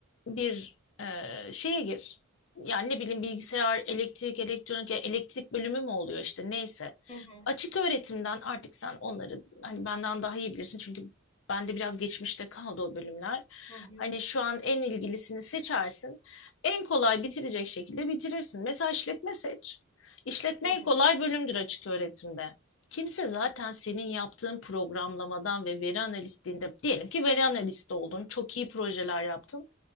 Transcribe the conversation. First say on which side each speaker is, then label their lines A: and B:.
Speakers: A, on the left (about 65°); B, on the left (about 25°).
A: bir e, şeye gir. Yani ne bileyim bilgisayar, elektrik, elektronik, elektrik bölümü mü oluyor işte neyse.
B: Hı hı,
A: Açık öğretimden artık sen onları hani benden daha iyi bilirsin çünkü bende biraz geçmişte kaldı o bölümler.
B: hı hı,
A: Hani şu an en ilgilisini seçersin. En kolay bitirecek şekilde bitirirsin. Mesela işletme seç. İşletme
B: hı
A: en
B: hı,
A: kolay bölümdür açık öğretimde. Kimse zaten senin yaptığın programlamadan ve veri analistliğinde diyelim ki veri analisti oldun, çok iyi projeler yaptın.